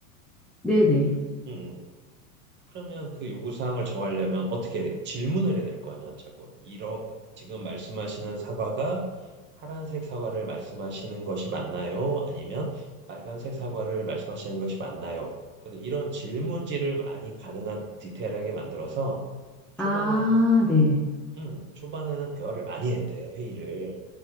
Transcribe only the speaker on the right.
그- 음. 음. 그러면 그 요구 사항을 정하려면 어떻게 해야 되겠 질문을 해야 될 거 아니야, 자꾸. 이러 지금 말씀하시는 사과가 파란색 사과를 말씀하시는 것이 맞나요? 아니면 빨간색 사과를 말씀하시는 것이 맞나요? 그래서 이런 질문지를 많이 가능한 디테일하게 만들어서 초반에
음, 초반에는 대화를 많이 해야 돼, 회의를.